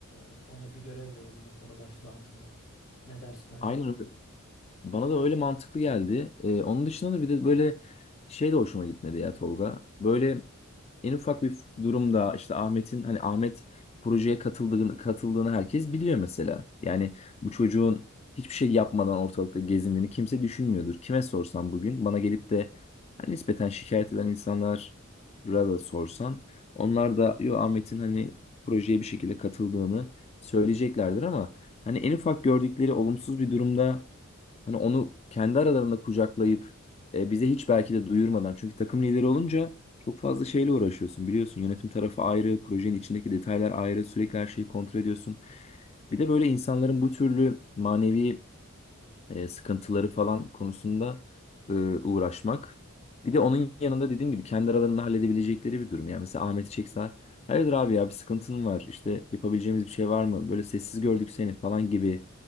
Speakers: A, on the left (about 85°); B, on the left (about 30°).
A: e, ona bir görev verelim o konu başlığı altında. Ne dersin Ayhan?
B: Aynen öyle. Bana da öyle mantıklı geldi. Ee, onun dışında da bir de böyle şey de hoşuma gitmedi ya Tolga. Böyle en ufak bir durumda işte Ahmet'in hani Ahmet projeye katıldığını, katıldığını herkes biliyor mesela. Yani bu çocuğun hiçbir şey yapmadan ortalıkta gezindiğini kimse düşünmüyordur. Kime sorsam bugün bana gelip de hani nispeten şikayet eden insanlar da sorsan onlar da yo Ahmet'in hani projeye bir şekilde katıldığını söyleyeceklerdir ama hani en ufak gördükleri olumsuz bir durumda Hani onu kendi aralarında kucaklayıp e, bize hiç belki de duyurmadan. Çünkü takım lideri olunca çok fazla şeyle uğraşıyorsun biliyorsun. Yönetim tarafı ayrı, projenin içindeki detaylar ayrı, sürekli her şeyi kontrol ediyorsun. Bir de böyle insanların bu türlü manevi e, sıkıntıları falan konusunda e, uğraşmak. Bir de onun yanında dediğim gibi kendi aralarında halledebilecekleri bir durum. Yani mesela Ahmet'i çeksen, hayırdır abi ya bir sıkıntın var işte yapabileceğimiz bir şey var mı? Böyle sessiz gördük seni falan gibi